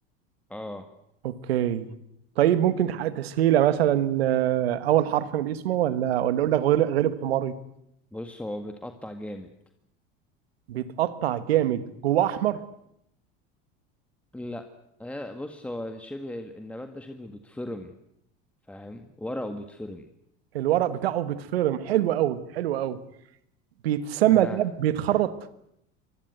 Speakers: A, in the centre; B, on the right (about 85°).
A: اه
B: اوكي طيب ممكن تحقق تسهيلة مثلا آه، أول حرف من اسمه ولا ولا أقول لك غلب غلب حماري
A: بص هو بيتقطع جامد
B: بيتقطع جامد جواه أحمر
A: لا آه، بص هو شبه النبات ده شبه بيتفرم فاهم ورقه بيتفرم
B: الورق بتاعه بيتفرم حلو قوي حلو قوي بيتسمى
A: ها
B: لاب بيتخرط